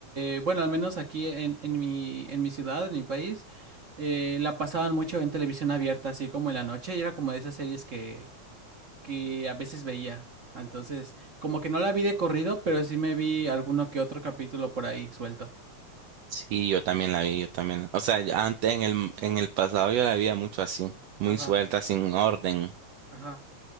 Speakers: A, on the right (about 40°); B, on the right (about 75°).
A: eh, bueno, al menos aquí en, en mi, en mi ciudad, en mi país, eh, la pasaban mucho en televisión abierta, así como en la noche, y era como de esas series que, que a veces veía. Entonces, como que no la vi de corrido, pero sí me vi alguno que otro capítulo por ahí suelto.
B: Sí, yo también la vi, yo también. la- O sea, ya antes en el, en el pasado yo la veía mucho así, muy
A: Ajá,
B: suelta, sin orden.
A: ajá.